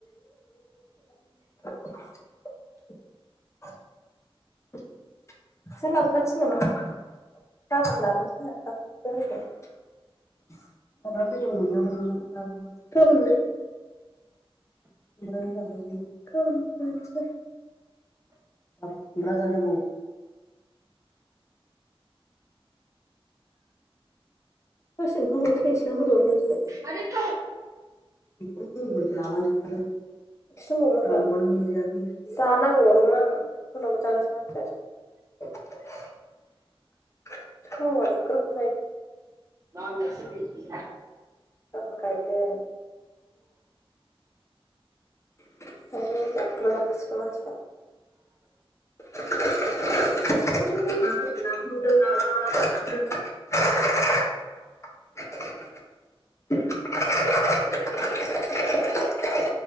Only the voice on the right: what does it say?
आरो थौ।
दालिया सोरनि।